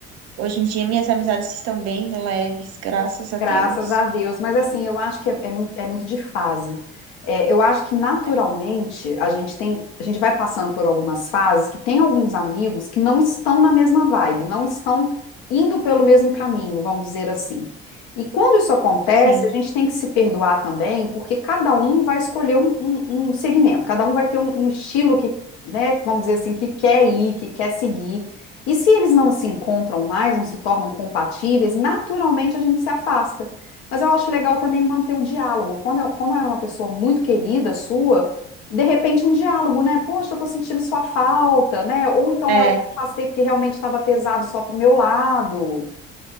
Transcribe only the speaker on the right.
hoje em dia minhas amizades estão bem leves, graças a
Deus.
E,
é,
sim.
é.